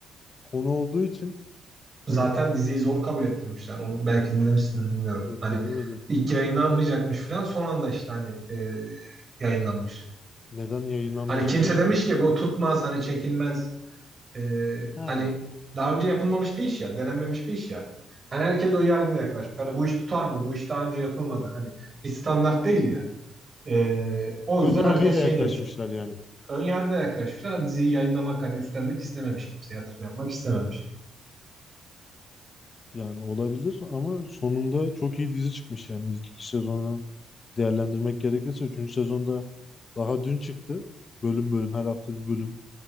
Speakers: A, on the left; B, on the right.
A: konu olduğu için.
B: Zaten
A: Hani
B: diziyi zor kabul ettirmişler. Onu belki dinlemişsindir bilmiyorum.
A: yok
B: Hani
A: dinlemedim.
B: ilk yayınlanmayacakmış falan son anda işte hani e, yayınlanmış.
A: Neden yayınlanmayacakmış
B: Hani kimse demiş
A: ki?
B: ki bu tutmaz hani çekilmez Ee,
A: Ha,
B: hani daha önce yapılmamış bir iş ya, denenmemiş bir iş ya. Hani herkes ön yargıyla yaklaşmış. Hani bu iş tutar mı? Bu iş daha önce yapılmadı. Hani bir standart değil ya. Ee, o
A: ön
B: yüzden
A: yargıyla
B: herkes şey
A: yaklaşmışlar
B: demiş.
A: yani.
B: Ön yargıyla yaklaşmışlar. Hani diziyi yayınlamak, hani üstlenmek istememiş. Kimse yatırım yapmak istememiş.
A: Yani olabilir ama sonunda çok iyi dizi çıkmış yani ilk iki sezonu değerlendirmek gerekirse üçüncü sezonda daha dün çıktı. Bölüm bölüm her hafta bir bölüm